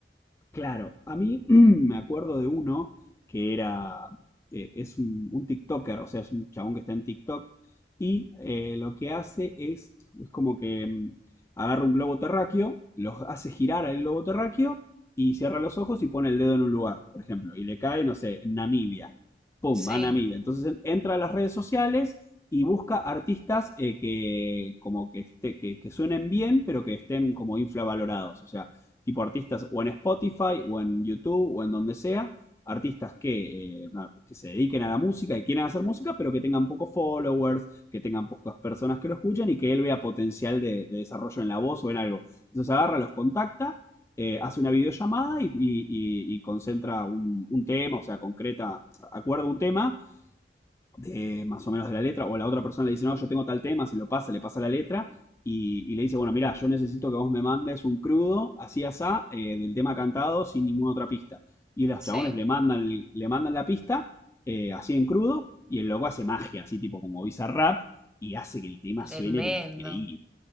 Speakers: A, on the left; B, in the centre.
A: Claro, a mí <clears throat> me acuerdo de uno que era, eh, es un, un TikToker, o sea, es un chabón que está en TikTok y eh, lo que hace es, es como que mm, agarra un globo terráqueo, los hace girar al globo terráqueo y cierra los ojos y pone el dedo en un lugar, por ejemplo, y le cae, no sé, en Namibia. Pum,
B: Sí,
A: va a Namibia. Entonces entra a las redes sociales y busca artistas eh, que como que, esté, que, que suenen bien, pero que estén como infravalorados, o sea tipo artistas o en Spotify o en YouTube o en donde sea, artistas que, eh, que se dediquen a la música y quieran hacer música, pero que tengan pocos followers, que tengan pocas personas que lo escuchan y que él vea potencial de, de desarrollo en la voz o en algo. Entonces agarra, los contacta, eh, hace una videollamada y, y- y- y concentra un, un tema, o sea, concreta, acuerda un tema de más o menos de la letra, o la otra persona le dice, no, yo tengo tal tema, se lo pasa, le pasa la letra, y, y le dice, bueno, mira, yo necesito que vos me mandes un crudo, así asá, eh, del tema cantado, sin ninguna otra pista. Y los
B: sí,
A: chabones le mandan, le mandan la pista, eh, así en crudo, y el loco hace magia, así tipo como Bizarrap, y hace que el tema
B: tremendo.
A: suene, pero increíble.